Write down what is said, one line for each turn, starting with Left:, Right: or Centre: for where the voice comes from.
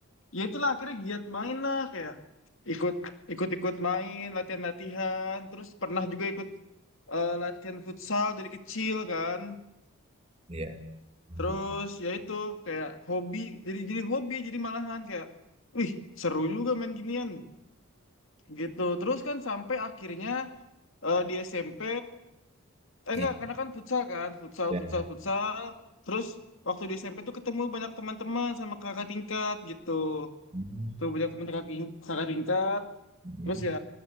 Left: ya itulah akhirnya giat main lah kayak ikut ikut-ikut main latihan-latihan terus pernah juga ikut eh, latihan futsal dari kecil kan
Right: iya. Hmm,
Left: Terus ya itu kayak hobi jadi jadi hobi jadi malahan kayak wih seru juga main ginian gitu. Terus kan sampai akhirnya eh, di SMP eh
Right: Iya.
Left: enggak karena kan futsal kan futsal
Right: iya.
Left: futsal futsal terus waktu di SMP tuh ketemu banyak teman-teman sama kakak tingkat gitu
Right: Hmm,
Left: tuh banyak teman kakak ting- kakak tingkat
Right: hmm,
Left: terus ya